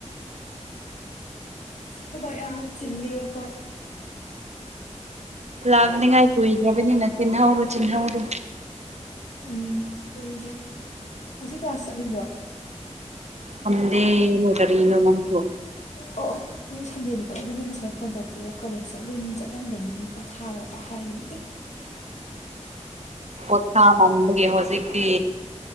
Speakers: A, on the left; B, on the right.
A: ꯊꯕꯛ ꯌꯥꯝꯅ ꯆꯤꯟꯂꯤ ꯑꯩꯈꯣꯏ
B: ꯂꯥꯛꯅꯤꯉꯥꯏ ꯀꯨꯏꯗ꯭ꯔꯕꯅꯤꯅ ꯆꯤꯜꯍꯧꯔꯣ ꯆꯤꯜꯍꯧꯔꯣ
A: ꯎꯝ ꯀꯏꯗ꯭ꯔꯦ ꯉꯁꯤ ꯀ꯭ꯂꯥꯁ ꯆꯠꯂꯨꯕ꯭ꯔꯣ
B: ꯁꯟꯗꯦꯅꯦ ꯀꯔꯤꯅꯣ ꯅꯪꯁꯨ
A: ꯑꯣ ꯑꯣ ꯉꯁꯤ ꯁꯟꯗꯦꯅꯤꯀꯣ ꯑꯩꯩꯅ ꯅꯪ ꯉꯁꯥꯏ ꯐꯣꯟ ꯇꯧꯔꯛꯄꯗ ꯀꯣꯂꯦꯖ ꯆꯠꯂꯨꯝ ꯆꯠꯂꯝꯒꯅꯤ ꯄꯣꯊꯥꯔꯣꯒꯥꯏ ꯍꯥꯏꯔꯤꯅꯤ ꯗꯠ
B: <unintelligible> ꯄꯣꯊꯥ ꯃꯟꯕꯒꯤ ꯍꯧꯖꯤꯛꯇꯤ